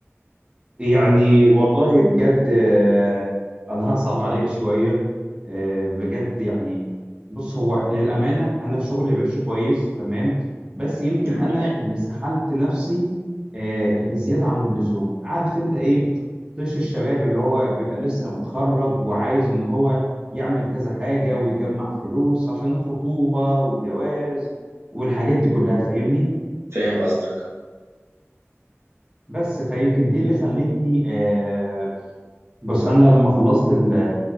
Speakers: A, on the right; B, on the right.
A: يعني والله بجد آه، انا هصعب عليك شويه آه، بجد يعني بص هو للامانه انا شغلي ماشي كويس تمام بس يمكن
B: الحمد
A: انا
B: لله
A: اللي سحلت نفسي آه، بزياده عن اللزوم عارف انت ايه طيش الشباب اللي هو بيبقى لسه متخرج وعايز ان هو يعمل كذا حاجه ويجمع فلوس عشان الخطوبه والجواز والحاجات دي كلها فاهمني
B: فاهم قصدك
A: بس فيمكن دي اللي خلتني آه، بس انا لما خلصت ال-